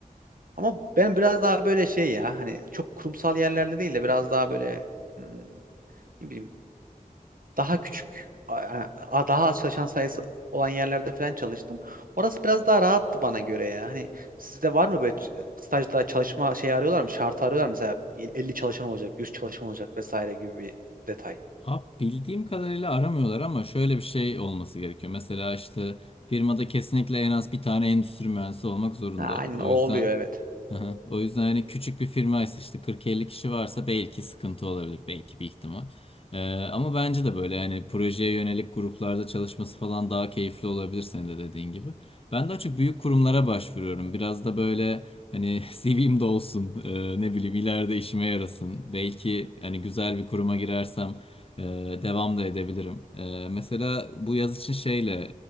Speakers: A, on the right; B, on the left.
A: Ama ben biraz daha böyle şey ya hani çok kurumsal yerlerde değil de biraz daha böyle hmm, ne bileyim daha küçük a- a- daha az çalışan sayısı olan yerlerde falan çalıştım. Orası biraz daha rahattı bana göre ya. Hani sizde var mı böyle ç- e, stajda çalışma şeyi arıyorlar mı? Şartı arıyorlar mı? Mesela 50 çalışan olacak, yüz çalışan olacak vesaire gibi bir detay.
B: Abi bildiğim kadarıyla aramıyorlar ama şöyle bir şey olması gerekiyor. Mesela işte firmada kesinlikle en az bir tane endüstri mühendisi olmak zorunda.
A: Ha, aynen
B: O
A: o oluyor
B: yüzden
A: evet.
B: Aha. O yüzden hani küçük bir firmaysa işte kırk elli kişi varsa belki sıkıntı olabilir. Belki bir ihtimal. Ee, ama bence de böyle hani projeye yönelik gruplarda çalışması falan daha keyifli olabilir senin de dediğin gibi. Ben daha çok büyük kurumlara başvuruyorum. Biraz da böyle hani <laughs> CV'm de olsun. Ee, ne bileyim ileride işime yarasın. Belki hani güzel bir kuruma girersem e, devam da edebilirim. Ee, mesela bu yaz için şeyle